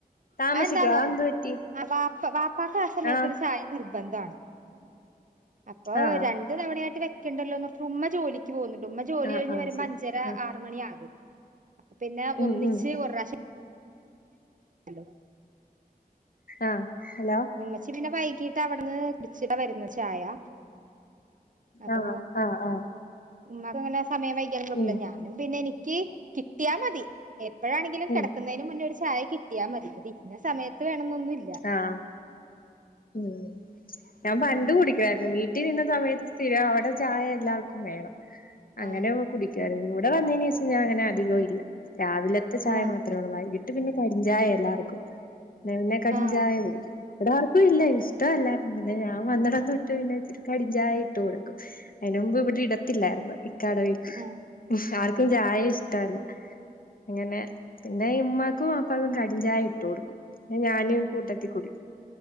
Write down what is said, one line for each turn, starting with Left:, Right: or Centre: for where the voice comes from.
Left: താമസിക്കുവോ
Right: അത് എന്താന്നോ
Left: അതെന്ത് പറ്റി
Right: ആ വാപ്പ വാപ്പാക്ക് ആ സമയത്തൊരു
Left: ആഹ്
Right: ചായ നിർ നിർബന്ധാണ് അപ്പ
Left: ആഹ്
Right: രണ്ട് തവണയായിട്ട് വെക്കണ്ടല്ലോന്നോർത്തിട്ട് ഉമ്മ ജോലി ജോലിക്ക് പോവ്ണ്ട് ഉമ്മ ജോലി
Left: ആഹ്
Right: കഴിഞ്ഞു
Left: ആഹ്
Right: വരുമ്പോ
Left: ശരി
Right: അഞ്ചര
Left: ആഹ്
Right: ആറ് മണി ആകും അപ്പൊ പിന്നെ
Left: ഉം
Right: ഒന്നിച്ച്
Left: ഉം
Right: ഒരുപ്രാവശ്യം ഹലോ
Left: ആഹ് ഹലോ
Right: ഉമ്മച്ചി പിന്നെ വൈകീട്ട് അവിടുന്ന് കു ടിച്ചിട്ടാ വരുന്നെ ചായ അപ്പൊ
Left: ആഹ് ആഹ് ആഹ്
Right: ഉമ്മാക്ക് അങ്ങനെ സമയം വൈകിയാലും കുഴപ്പമില്ല
Left: ഉം
Right: ഞാനും പിന്നെ എനിക്ക് കിട്ടിയാൽ മതി എപ്പോഴാണെങ്കിലും കിടക്കുന്നതിന്
Left: ഉം
Right: മുന്നേ ഒരു ചായ കി കിട്ടിയാ മതി അത് ഇന്ന സമയത്ത് വേണമെന്നൊന്നുല്ല
Left: ആഹ് ഉം ഞാൻ പണ്ട്
Right: അങ്ങനെ
Left: കുടിക്കുമായിരുന്നു വീട്ടി വീട്ടീ നിന്ന സമയത്ത് സ്ഥിരം അവിടെ ചായ എല്ലാവർക്കും വേണം അങ്ങനെ
Right: ആഹ്
Left: കുടിക്കുമായിരുന്നു ഇവിടെ വന്നതിന് ശേഷം ഞാൻ അങ്ങനെ അധികവും ഇല്ല രാവിലത്തെ ചായ
Right: ആഹ്
Left: മാത്രേ ഉള്ളൂ വൈകീ ട്ട് പിന്നെ കരിഞ്ചായയാ എല്ലാവർക്കും പിന്നെ കരിഞ്ചായ
Right: ആഹ്
Left: കുടിക്കും ഇവിടാർക്കും ഇല്ല ഇഷ്ടമല്ലായിരുന്നു പിന്നെ ഞാൻ വന്നിടം
Right: ആഹ്
Left: തൊട്ട് ഇപ്പൊ പിന്നെ ഇച്ചിരി കരിഞ്ചായ ഇട്ട് കൊടുക്കും അതിന് മുമ്പ് ഇവിടെ ഇടത്തില്ലായിരുന്നു ഇക്കാടെ വീട്ടിൽ
Right: ആഹ്
Left: എനിക്കും ചായ ഇഷ്ടമല്ല അങ്ങനെ പിന്നെ ഇമ്മാക്കും വാപ്പാക്കും കരിഞ്ചായ ഇ ഇട്ട് കൊടുക്കും ഞാനും
Right: ആഹ്
Left: കൂട്ടത്തീ കുടിക്കും